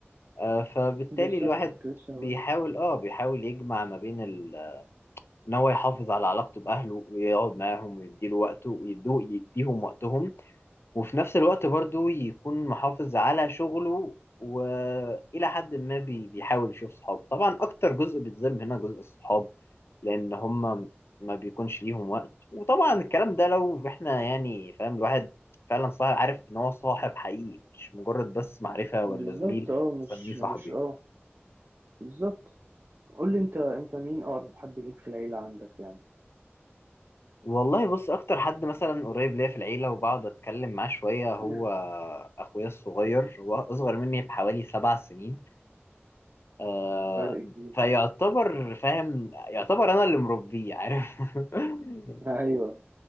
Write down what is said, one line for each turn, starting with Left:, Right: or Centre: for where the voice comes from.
Left: آه، فبالتالي
Right: بالظبط
Left: الواحد
Right: كنت لسه هقول
Left: بيحاول اه بيحاول يجمع ما بين ال ان هو يحافظ على علاقته باهله ويقعد معاهم ويديله وقته ويدوه يديهم وقتهم وفي نفس الوقت برضو يكون محافظ على شغله والى حد ما بي- بيحاول يشوف صحابه طبعا اكتر جزء بيتظلم هنا جزء الصحاب لان هم ما بيكونش ليهم وقت وطبعا الكلام ده لو احنا يعني فاهم الواحد فعلا صاحب عارف ان هو صاحب حقيقي مش مجرد بس معرفة
Right: بالظبط
Left: ولا زميل
Right: اه مش
Left: هسميه صاحبي
Right: مش اه بالظبط قول لي انت انت مين اقرب حد ليك في العيلة عندك يعني
Left: والله بص اكتر حد مثلا قريب ليا في العيله وبقعد اتكلم معاه شويه
Right: <clears throat>
Left: هو اخويا الصغير هو اصغر مني بحوالي سبع سنين آه
Right: فرق كبير
Left: فيعتبر
Right: <laughs>
Left: فاهم يعتبر انا اللي مربيه عارف <laughs>
Right: ايوه